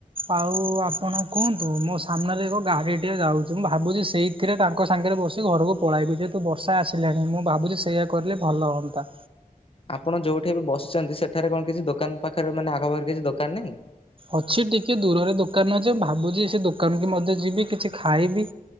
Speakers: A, on the right; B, on the left.
A: ଆଉ ଆପଣ କୁହନ୍ତୁ ମୋ ସାମ୍ନାରେ ଏକ ଗାଡ଼ି ଟିଏ ଯାଉଛି ମୁଁ ଭାବୁଛି ସେଇଥିରେ ତାଙ୍କ ସାଙ୍ଗରେ ବସି ଘରକୁ ପଳାଇବି ଯେହେତୁ ବର୍ଷା ଆସିଲାଣି ମୁଁ ଭାବୁଛି ସେଇଆ କଲେ ଭଲ ହୁଅନ୍ତା।
B: ଆପଣ ଯୋଉଠି ଏବେ ବସିଛନ୍ତି ସେଠାରେ କଣ କିଛି ଦୋକାନ ପାଖରେ ମାନେ ଆଗ ପାଖରେ କିଛି ଦୋକାନ ନାହିଁ।
A: ଅଛି ଟିକେ ଦୂରରେ ଦୋକାନ ଅଛି ମୁଁ ଭାବୁଛି ସେ ଦୋକାନ କି ମଧ୍ୟ ଯିବି କିଛି ଖାଇବି।